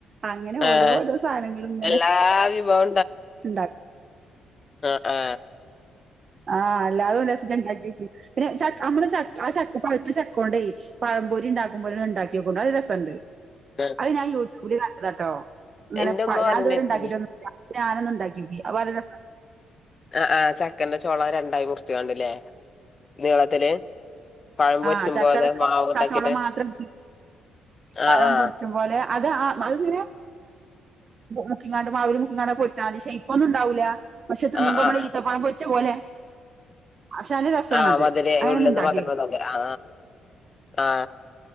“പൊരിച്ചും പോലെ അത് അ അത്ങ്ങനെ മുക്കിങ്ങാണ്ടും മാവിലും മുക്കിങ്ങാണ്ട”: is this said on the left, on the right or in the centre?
Right